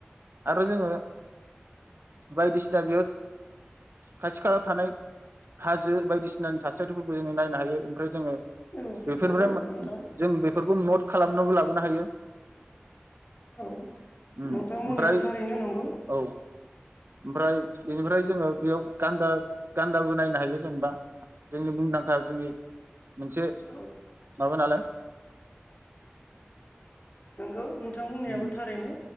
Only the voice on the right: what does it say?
आरो जोङो बायदिसिना बेयाव <unintelligible> खालायाव थानाय हाजो बायदिसि सिनानि थासारिफोरखौ जोङो नायनो हायो ओमफ्राय जोङो
बेफोरबो
जों बेफोरखौ नट खालामनाबो लाब बोनो हायो
उम
ओमफ्राय
औ ओमफ्राय बेनिफ्राय जोङो बेयाव गान्दा गान्दाबो नायनो हायो जेनेबा जोंनि मुंदांखा जोंनि मोनसे
माबा नालाय <inaudible>
उम